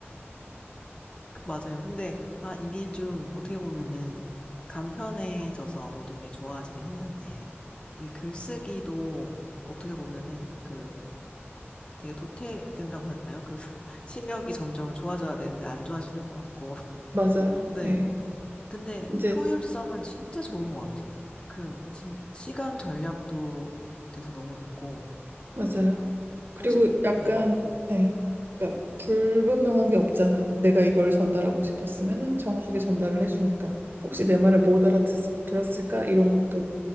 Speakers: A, on the left; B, on the right.
A: 맞아요. 근데, 아, 이게 좀 어떻게 보면은 간편해져서 모든 게 좋아지긴 했는데, 이 글쓰기도 어떻게 보면은 그 되게 도태된다고 했나요? 그 <laughs> 실력이 점점 좋아져야 되는데 안 좋아지는 것 같고. <laughs>
B: 맞아요.
A: 네.
B: 예.
A: 근데
B: 이제
A: 효율성은 진짜 좋은 것 같아요. 그, 진, 시간 전략도 돼서 너무 좋고,
B: 맞아요. 그리고
A: 혹시,
B: 약간
A: 네.
B: 예. 그러니까 불분명한 게 없잖아요. 내가 이걸 전달하고 싶었으면은 정확하게 전달을 해주니까
A: 음,
B: 혹시 내 말을 못 알아들었을까 이런 것도